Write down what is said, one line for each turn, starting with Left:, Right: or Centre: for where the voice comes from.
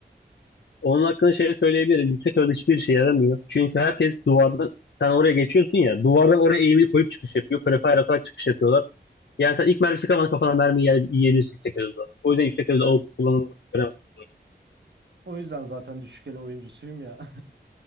Left: Onun hakkında şey söyleyebilirim. Yüksek orada hiçbir şey yaramıyor. Çünkü herkes duvardan sen oraya geçiyorsun ya duvardan oraya eğimi koyup çıkış yapıyor. Prefire atarak çıkış yapıyorlar. Yani sen ilk mermisi kalmadan kafana mermi yer, yiyebilirsin yüksek hızda. O yüzden yüksek hızda
Right: Ben
Left: AUG kullanılmaz.
Right: o yüzden zaten düşük el oyuncusuyum ya. <laughs>